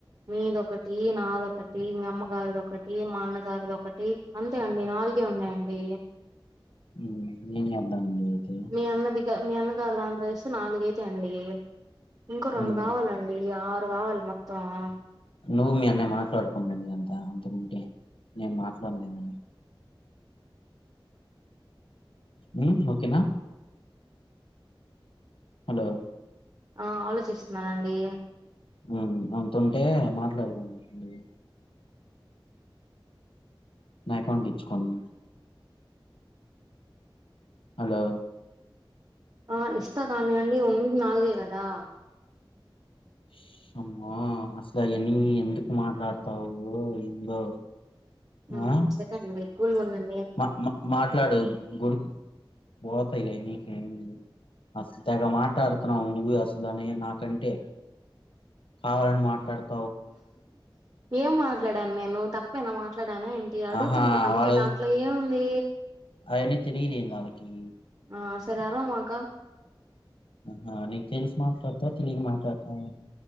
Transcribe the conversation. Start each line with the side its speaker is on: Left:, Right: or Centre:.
Right: మీదొకటి నాదొకటి మీ అమ్మగారుది ఒకటి మీ నాన్న గారిది ఒకటి అంతే అండి నాలుగే ఉన్నాయండి
Left: మ్మ్ ఏం చేద్దామండి అయితే
Right: మీ అన్నదిక మీ అన్న గారు అందస్ నాలుగైతాయ్ అండి ఇంకో రెండు
Left: మ్మ్
Right: కావాల లీ ఆరు కావలి మొత్తం
Left: నువ్వు మీ అన్నయ్యా మాట్లాడుకోండి ఇదంత అంతముంటే నేను మాట్లాడలేను మ్మ్ ఓకేనా హలో
Right: ఆ ఆలోచిస్తున్నానండి
Left: మ్మ్ అంతుంటే మాట్లాడదండి అ నా అకౌంట్ ఇచ్చుకోండి హలో
Right: ఆ ఇస్తా కానీ అండి ఉంది నాలుగే కదా
Left: ఉష్ అమ్మో అసలే అన్ని ఎందుకు మాట్లాడతావో ఏందో
Right: హ
Left: ఆ
Right: సరే అండి కూల్ గా ఉండం
Left: మా మా మాట్లాడు గుడి బోతాయిలే నీక ఏమైంది అసలు తెగ మాట్లాడుతున్నావు నువ్వే అసలు అనే నాకంటే కావాలని మాట్లాడుతు
Right: ఏం మాట్ <unintelligible> నేను తప్పేమన్న మాట్లాడా మాట్లాడానా ఏంటి అడుగుతున్నా
Left: ఆహా
Right: అంతే
Left: వాళ్ళ
Right: దాంట్లో ఏముంది
Left: అవన్నీ తెలియదేంది వాళ్ళకి
Right: ఆ సరే అరవమాక
Left: హా నీకు తెలిసి మాట్లాడతావా తెలియక మాట్లాడతావా